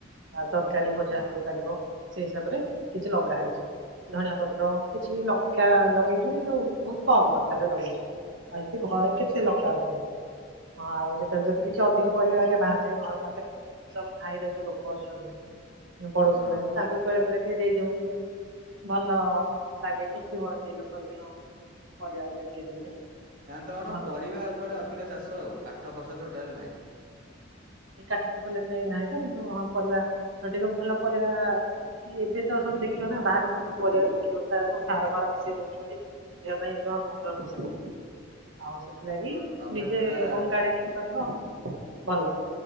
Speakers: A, on the right; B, on the right.
A: ଆ ତରକାରୀ ଭଜା
B: ହଁ
A: ହେଇପାରିବ ସେଇ ହିସାବରେ କିଛି ଲଗା ହେଇଛି। ଧଣିଆ ପତ୍ର କିଛି ବି ଲଙ୍କା ଲଗେଇଛୁ କିନ୍ତୁ ବହୁତ କମ ମାତ୍ରାରେ ଲଗେଇଛୁ। ଆଉ ଯେମିତି ଘରେ
B: ଆଚ୍ଛା।
A: କେତେ ଲଙ୍କା ଆଉ ଖାଇବୁ ହଁ ଆଉ ଯେତେବେଳେ ଯଦି
B: ଆଚ୍ଛା
A: କିଛି ଅଧିକ। ପରିବା ହେରିକା ରେ ବାହରୋ ଯାଇ ଘର ପାଖରେ ସବୁ ସ୍ଥାାଇରେ ଯୋଉ ଲୋକ ଅଛନ୍ତି ପଡୋଶୀ
B: ହଁ
A: ମ ତାଙ୍କ ବଳେ ବଳେ ଟିକେ ଦେଇ ଦେଉ ଟିକେ ଭଲ ଲାଗେ ଖୁସି ହୁଅନ୍ତି ଲୋକ କିଁ ପରିବା ଆରିଆ କିଏ ଦେଲେ।
B: କ
A: ଟିକେ
B: ତୋର
A: ଭଲ
B: ପରିବା
A: ଲାଗେ।
B: ଉପରେ ଅଧିକ ଚାଷ ଆଉ କାଠ ଫସଲ ଟୋଟଲୀ ନାହିଁ।
A: କାଠ ଫସଲ ଏତେ ନାହିଁ ତ କିନ୍ତୁ ହଁ ପରିବା ଟିକେ ଭଲ ପରିବା ଏବେ ତ ସବୁ ଦେଖିବ ନା ବାହାରେ ସବୁ ସବୁ ପରିବା ବିକ୍ରିି ହଉଚି ତାର ସବୁ ସାର ଫାର ମିଶେଇ ଦଉଛନ୍ତି। ଦେହ ପାଇଁ ଜମା ଭଲ ନୁହଁ ସେଗୁଡ଼ାକ ଆଉ ସେ ଲାଗି
B: ଅ ତମେ
A: ନିଜେ
B: ପୁରା
A: ହୋମ
B: ଜ-
A: ଗାର୍ଡେନିଂ କରିବ ଭଲ।